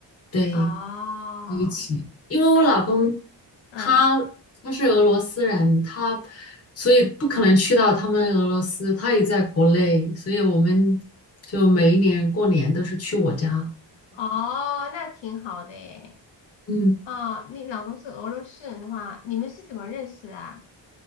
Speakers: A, on the left; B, on the left.
A: 对。
B: 哦，
A: 一起，因为我老公
B: 那嗯
A: 他他是俄罗斯人，他所以不可能去到他们俄罗斯，他也在国内，所以我们就每一年过年都是去我家。
B: 哦，那挺好的诶。
A: 嗯。
B: 哦，你老公是俄罗斯人的话，你们是怎么认识的啊？